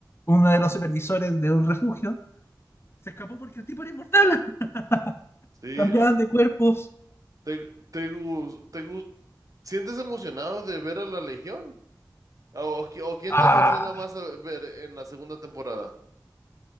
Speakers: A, on the left; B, on the right.
A: uno de los supervisores de un refugio? Se escapó porque el tipo era inmortal. <laughs>
B: sí.
A: Cambiaban de cuerpos.
B: ¿Te, te, gus- te gus- sientes emocionado de ver a la Legión? ¿O, o qui- o quién
A: Ah,
B: te emociona más a ver en la segunda temporada?